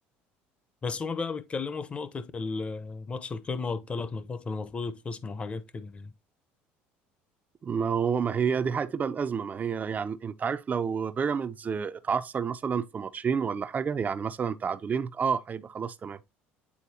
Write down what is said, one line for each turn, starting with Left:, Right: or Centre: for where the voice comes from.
Left: بس هما بقى بيتكلموا في نقطة ال- ماتش القمة والثلاث نقاط اللي المفروض يتخصموا وحاجات كده يعني
Right: ما هو ما هي دي هتبقى الازمه ما هي يعني انت عارف لو بيراميدز اتعثر مثلا في ماتشين ولا حاجه يعني مثلا تعادلين اه هيبقى خلاص تمام